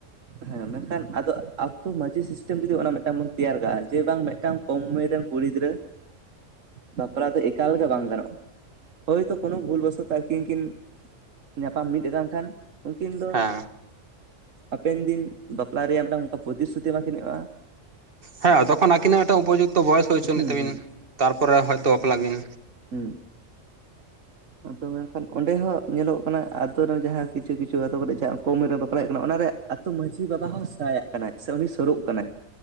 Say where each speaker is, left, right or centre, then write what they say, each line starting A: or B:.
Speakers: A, on the right (about 75°); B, on the right (about 45°).
A: ᱦᱮᱸ ᱢᱮᱱᱠᱷᱟᱱ ᱟᱫᱚ ᱟᱛᱳ ᱢᱟᱺᱡᱷᱤ ᱥᱤᱥᱴᱮᱢ ᱡᱩᱫᱤ ᱚᱱᱟ ᱢᱤᱫᱴᱟᱝ ᱵᱚᱱ ᱛᱮᱭᱟᱨ ᱠᱟᱜᱼᱟ ᱡᱮ ᱵᱟᱝ ᱢᱤᱫᱴᱟᱝ ᱠᱚᱢ ᱩᱢᱮᱨ ᱨᱮᱱ ᱠᱩᱲᱤ ᱜᱤᱫᱽᱨᱟᱹ ᱵᱟᱯᱞᱟ ᱫᱚ ᱮᱠᱟᱞᱠᱟ ᱵᱟᱝ ᱜᱟᱱᱚᱜᱼᱟ ᱦᱳᱭ ᱛᱚ ᱠᱳᱱᱳ ᱵᱷᱩᱞ ᱵᱚᱥᱚᱛᱚ ᱟᱹᱠᱤᱱ ᱠᱤᱱ ᱧᱟᱯᱟᱢ ᱢᱤᱫ ᱠᱟᱱ ᱠᱷᱟᱱ ᱩᱱᱠᱤᱱ ᱫᱚ
B: ᱦᱮᱸ
A: ᱦᱟᱯᱮᱱ ᱫᱤᱱ ᱵᱟᱯᱞᱟ ᱨᱮᱭᱟᱜ ᱢᱤᱫᱟᱝ ᱚᱱᱠᱟ ᱯᱨᱚᱛᱤ ᱥᱨᱩᱛᱤ ᱮᱢᱟ ᱠᱤᱱ ᱦᱩᱭᱩᱜᱼᱟ
B: ᱦᱮᱸ ᱛᱚᱠᱷᱚᱱ ᱟᱹᱠᱤᱱᱟᱜ ᱢᱤᱫᱴᱟᱝ ᱩᱯᱚ ᱡᱩᱠᱛᱚ ᱵᱚᱭᱮᱥ ᱦᱩᱭ ᱚᱪᱚ
A: ᱦᱩᱸ
B: ᱛᱟᱹᱠᱤᱱ
A: ᱦᱩᱸ
B: ᱛᱟᱨ ᱯᱚᱨᱮ ᱦᱚᱭᱛᱚ ᱵᱟᱯᱞᱟᱜ ᱵᱤᱱ
A: ᱦᱮᱸ ᱟᱫᱚ ᱢᱮᱱᱠᱷᱟᱱ ᱚᱸᱰᱮ ᱦᱚᱸ ᱧᱮᱞᱚᱜᱚᱜ ᱠᱟᱱᱟ ᱟᱛᱳ ᱨᱮᱱ ᱡᱟᱦᱟᱸ ᱠᱤᱪᱷᱩ ᱠᱤᱪᱷᱩ ᱟᱛᱳ ᱠᱚᱨᱮ ᱡᱟᱦᱟᱸ ᱠᱚᱢ ᱩᱢᱮᱨ ᱨᱮ ᱵᱟᱯᱞᱟᱭ ᱠᱟᱱᱟ ᱚᱱᱟᱨᱮ ᱛᱚ ᱢᱟᱺᱡᱷᱤ ᱵᱟᱵᱟ ᱦᱚᱸ ᱥᱟᱭᱟᱜ ᱠᱟᱱᱟᱭ ᱥᱮ ᱩᱱᱤ ᱥᱩᱨᱩᱜ ᱠᱟᱱᱟᱭ